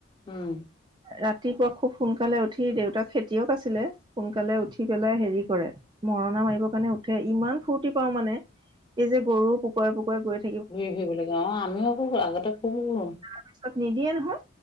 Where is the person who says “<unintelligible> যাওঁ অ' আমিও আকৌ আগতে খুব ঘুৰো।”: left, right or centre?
Left